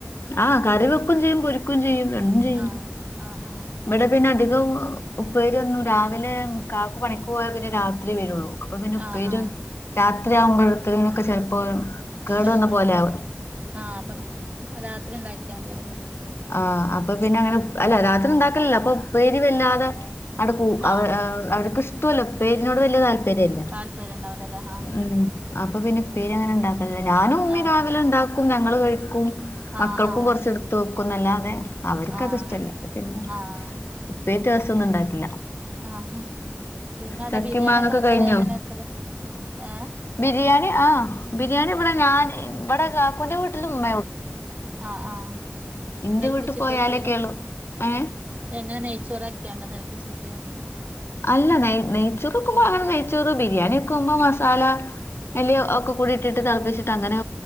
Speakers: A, on the left; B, on the right.
A: ആഹ് കറിവെക്കും ചെയ്യും പുരിക്കും ചെയ്യും രണ്ടും ചെയ്യും
B: ആഹ് ആഹ് ആഹ്
A: ഇവിടെ പിന്നെ അധികം ഉപ്പേരിയോന്നു രാവിലെ കാക്കു പണിക്ക് പോയാ പിന്നെ രാത്രി വരുള്ളൂ അപ്പ പിന്നെ ഉപ്പേരിയോ
B: ആഹ് ആഹ്
A: അത്രരിയാവുമ്പോഴത്തരിന്നൊക്കെ ചെപ്പോ കേടു
B: വെച്ചാ
A: വന്ന പോലെ
B: മതി
A: ആകും
B: ആഹ് അപ്പൊ രാത്രി ഉണ്ടാക്കിയാ മതിയാവുംലെ
A: ആ അപ്പൊ പിന്നെ അങ്ങനെ അല്ലെ രാത്രി ഉണ്ടാക്കലല്ലോ അപ്പൊ ഉപ്പേരില്ലാതെ അവിടെക്ക
B: ആഹ്
A: അവ അവർക്ക് ഇഷ്ടല്ല ഉപേരിനോട് വലിയ താല്പര്യല്ല
B: താല്പര്യം ഉണ്ടാവൂലല്ലേ ആഹ്
A: ഉ അപ്പൊ പിന്നെ പേര് അങ്ങനെ ഉണ്ടാക്കില്ല ഞാനും ഇമ്മി
B: ആഹ്
A: രാവിലെ ഉണ്ടാക്കും ഞങ്ങൾ കഴിക്കും
B: ആഹ്
A: മക്കൾക്കും
B: ആഹ്
A: കുറച്ചെടുത്ത്ും ക്കുന്നല്ലാതെ അവർക്ക്
B: ആഹ്
A: അത് ഇഷ്ടല്ല പിന്നെ
B: ആഹ്
A: ഇപ്പേ ദിവസംൊന്നും ഉണ്ടാക്കില്ല
B: ആഹാ പിന്നെ അവിടെ
A: ചക്കേം
B: ബിരിയാണി
A: മാങ്ങൊക്കെ
B: ഒക്കെ വെക്കണേ
A: കഴിഞ്ഞോ
B: എങ്ങനെ വെക്കല് ഏഹ്
A: ബിരിയാണി ആഹ് ബിരിയാണി ഇവിടെ ഞാൻ ഇവിടെ കാക്കുന്റെ വീട്ടിൽ ഉമ്മ
B: ആഹ് ആഹ്
A: ഇന്റെ
B: ളപ്പിച്ചിട്ടൊക്കെ
A: വീട്ടിൽ പോയാലൊക്കെയുള്ളു ഏ
B: എങ്ങനെ നെയ്ച്ചോറക്കിയാണ്ട തള പ്പിച്ചിക്കോ
A: അല്ല നെയ നെയ്ച്ചോറ ഒക്കുമ്പോ അങ്ങനെ നെയ്ച്ചോറ് ബിരിയാണി ഒക്കുമ്പോ മസാല വലിയ ഒക്കെ കൂടി ഇട്ടിട്ട് തളപ്പിച്ചിട്ട്ങ്ങനെ